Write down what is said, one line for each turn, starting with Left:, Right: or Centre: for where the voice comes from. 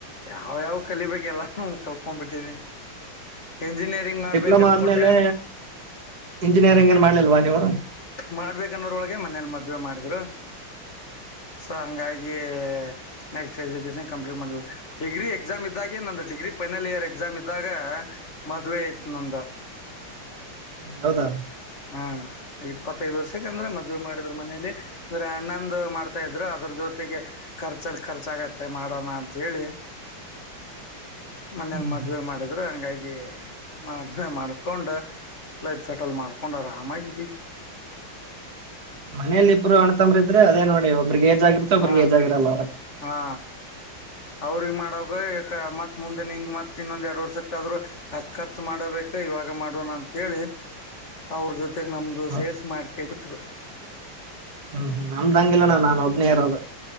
Left: ಯಾವ್ಯಾವ್ ಕಲಿಬೇಕ ಎಲ್ಲಾನು ಕಲ್ಕೊಂಡ್ ಬಿಟ್ಟಿದ್ದೀನಿ ಎಂಜಿನಿಯರಿಂಗ್ ಮಾಡ್ಬೇಕ
Right: ಡಿಪ್ಲೊಮಾ
Left: ಅನ್ಕೊಂಡೆ
Right: ಆದ್ಮೇಲೆ ಇಂಜಿನಿಯರಿಂಗ್ ಏನ್
Left: <inaudible>
Right: ಮಾಡ್ಲಿಲ್ವಾ ನೀವು ಹ್ಮ್,
Left: ಮಾಡ್ಬೇಕನ್ನೋರೊಳಗೆ ಮನೇಲಿ ಮದುವವೆ ಮಾಡಿದ್ರು ಸೊ ಹಂಗಾಗಿ ನೆಕ್ಸ್ಟ್ ಎಜುಕೇಶನ್ ಕಂಪ್ಲೀಟ್ ಮಾಡ್ಲ ಡಿಗ್ರಿ ಎಕ್ಸಾಮ್ ಇದ್ದಾಗೆಏ ನಂದು ಡಿಗ್ರಿಫೈನಲ್ ಇಯರ್ ಎಕ್ಸಾಮ್ ಇದ್ದಾಗ ಮದುವೆ ಆಯತು ನಂದ
Right: ಹ್ಮ್ ಹೌದಾ
Left: ಹಾ ಇಪ್ಪತ್ತೈದ್ ವರ್ಷಕ್ಕೆ ಅಂದ್ರೆ ಮದ್ಮಾಡಿದ್ರು ಮನೇಲಿ ಅಂದ್ರೆ ಅಣ್ಣಂದು ಮಾಡ್ತಾ ಇದ್ರು ಅದ್ರ ಜೊತೆಗೆ ಖರ್ಚಲ್ ಖರ್ಚಾಗತ್ತೆ ಮಾಡೋಣ ಅಂತ ಹೇಳಿ ಮನೇಲಿ
Right: ಹ್ಮ್.
Left: ಮದ್ವವೆ ಮಾಡಿದ್ರು ಹಂಗಾಗಿ ಮದ್ವೆ ಮಾಡ್ಕೊಂಡ ಲೈಫ್ ಸೆಟಲ್ ಮಾಡ್ಕೊಂಡರಾಮಗಿದ್ದಿ <inaudible>
Right: ಮನೇಲಿ ಇಬ್ಬರು ಅಣ್ತಂಬ್ರಿದ್ರೆ ಅದೇ ನೋಡಿ ಒಬ್ ಒಬ್ರೆಗೆ ಹೆಜಗುಟ್ಟ ಒಬ್ಬರಿಗೆ
Left: ಹಾ
Right: ಹೆಜ್ ಆಗಿರಲ್ಲ <inaudible>
Left: ಹಾ ಅವ್ರಿಗೆ ಮತ್ ಮುಂದೆ ನಿಂಗ್ ಮತ್ ಇನ್ನೊಂದ್ ಎರಡ್ ವರ್ಷಕ್ಕ ಆದ್ರು ಅಷ್ಟ್ ಖರ್ಚ ಮಾಡಬೇಕು ಇವಾಗ ಮಾಡುವ ಅಂತೇಳಿ ಅವ್ರ ಜೊತೆಗ್ ನಮ್ದು
Right: ಹೌ-
Left: ಸೇರ್ಸ್ ಮಾಡ್ಕ ಬಿಟ್ರು
Right: ಹ್ಮ್ ನಮ್ದ ಅಂಗಿಲಣ್ಣ ನಾನು ಒಬ್ನೇ ಇರೋದು